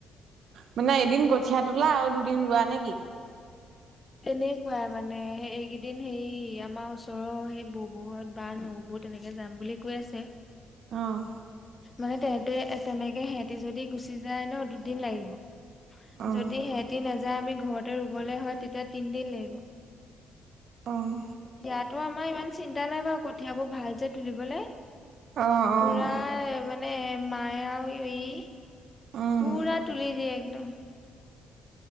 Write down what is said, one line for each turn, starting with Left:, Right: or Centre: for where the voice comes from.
Right: মানে এদিন কঠিয়া তোলা। আৰু দুদিন ৰোৱা নে কি?
Left: তেনেকুৱাই মানে। এইকেইদিন হেৰি আমাৰ ওচৰৰ সেই ব'ব'হঁত বা নব' বৌ তেনেকে যাম বুলি কৈ আছে
Right: অ',
Left: মানে তেহেতে তেনেকে সিহঁতি যদি গুচি যায় ন, দুদিন লাগিব।
Right: অ'।
Left: যদি সেঁহত - তি নাযায়, আমি ঘৰতে ৰুবলৈ হয়। তেতিয়া তিনদিন লাগিব।
Right: অ',
Left: ইয়া তোৰ আমাৰ ইমান চিন্তা নাই বাৰু। কঠিয়াবোৰ ভাল যে তুলিবলৈ।
Right: অ',
Left: পুৰাই।
Right: অ',
Left: মানে মায়ে আৰু ই
Right: উম,
Left: পুৰা তুলি দিয়ে, একদম।